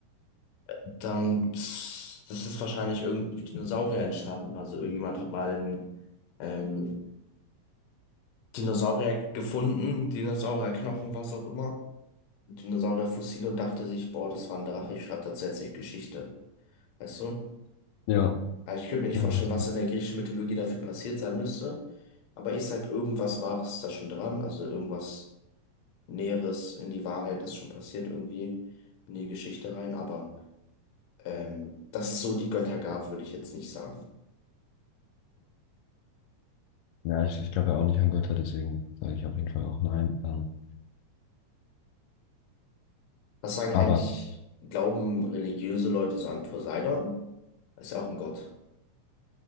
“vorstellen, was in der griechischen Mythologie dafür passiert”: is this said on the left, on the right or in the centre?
Left